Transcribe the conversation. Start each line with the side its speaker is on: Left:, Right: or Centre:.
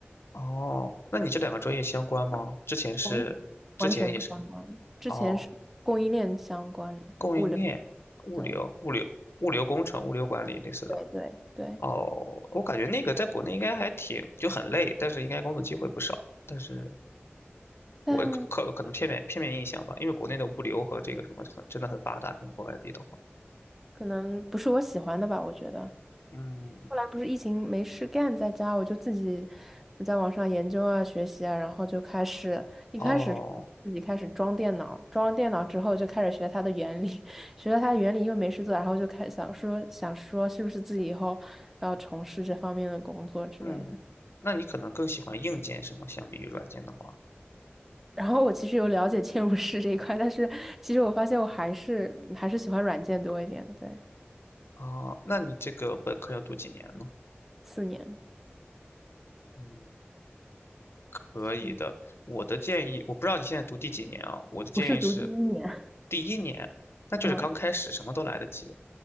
Left: 哦。那你这两个专业相关吗？之前是，
Centre: 完完全不相关。
Left: 之前也是
Centre: 之前是供应链相关的物流，
Left: 哦。供应链、物流、
Centre: 对
Left: 物流、物流工程、物流管理类似的。
Centre: 对对对，
Left: 哦，我感觉那个在国内应该还挺就很累，但是应该工作机会不少。但是
Centre: 但
Left: 我可可能片面片面印象吧，因为国内的物流和这个什么很真的很发达，跟国外比的话，
Centre: 可能不是我喜欢的吧，我觉得。
Left: 嗯，
Centre: 后来不是疫情没事干，在家我就自己在网上研究啊、学习啊，然后就开始一开始
Left: 哦，
Centre: 自己开始装电脑，装了电脑之后就开始学它的原理，<laughs> 学了它的原理，因为没事做，然后就开想说想说是不是自己以后要从事这方面的工作之类的。
Left: 嗯，那你可能更喜欢硬件什么，相比于软件的话，
Centre: 然后我其实有了解嵌入式这一块，但是其实我发现我还是还是喜欢软件多一点。对，
Left: 啊，那你这个本科要读几年呢？
Centre: 四年，
Left: 嗯。可以的。
Centre: 嗯
Left: 我的建议，我不知道你现在读第几年啊？我的建议是
Centre: 我是读第一年，
Left: 第一年，那就是刚开始，
Centre: 嗯，
Left: 什么都来得及。